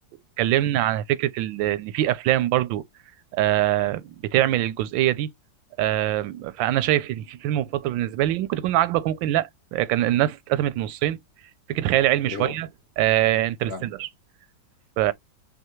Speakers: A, on the right (about 90°); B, on the left (about 50°).
A: اتكلمنا عن فكره ال- ان في افلام برضو آه، بتعمل الجزئيه دي آه، فانا شايف ان في فيلم مفضل بالنسبه لي ممكن تكون عاجبك وممكن لا كان الناس اتقسمت نصين فكره خيال علمي شويه
B: ايه هو
A: آه، انترستيلر
B: آه.
A: ف